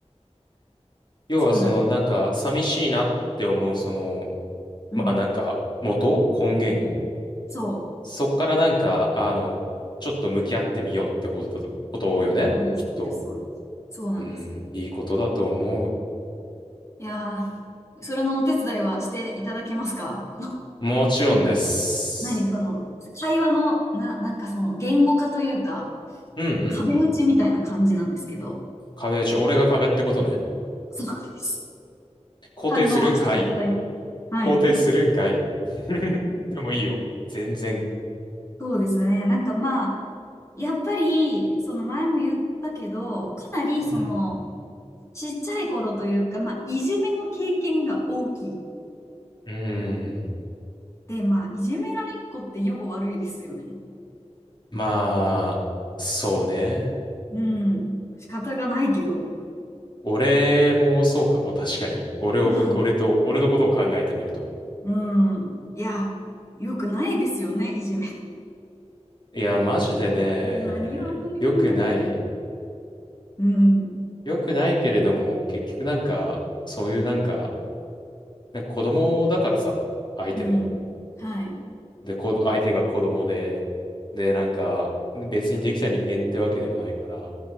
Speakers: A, on the left; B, on the left.
A: 要はそのなんか寂しいなって思うその、
B: そうなんです。うん。
A: まあなんか元根源
B: そ
A: そっからなんか、あの、ちょっと向き合ってみようってことだ、ことよね。
B: う。そうです、
A: きっと。
B: そうです、そうです。そうなんですよ。
A: うん、いいことだと思う。
B: いやー、それのお手伝いはしていただけますか
A: もちろんです。
B: なんか、何その、会話の、な、なんかその、言語化というか、
A: うんうんうん。
B: 壁打ちみたいな感じなんですけど、
A: 壁打ち、俺が壁ってことね。
B: そうです。
A: 肯定するんかい。
B: 反応はしていただいて。はい。
A: 肯定するんかい。<laughs> でもいいよ。全然。
B: そうですね。なんかまあ、やっぱり、その前も言ったけど、かなりその、
A: うん。
B: ちっちゃい頃というか、まあ、いじめの経験が大きい。
A: うーん。
B: で、まあ、いじめられっ子って予後悪いですよね。
A: まあ、そうね。
B: うん。仕方がないけど。
A: 俺もそうかも、確かに。俺をむ、
B: うん。
A: 俺と、俺のことを考えてみると。
B: うんいや、よくないですよね、いじめ。
A: いや、マジでね、
B: 何を当たり前なこと。
A: 良くない。
B: うん。
A: 良くないけれども、結局なんか、そういうなんか、なんか子供だからさ、相手も。
B: うん。はい。
A: で、こど相手が子供で、で、なんか、別にできた人間ってわけでもないから、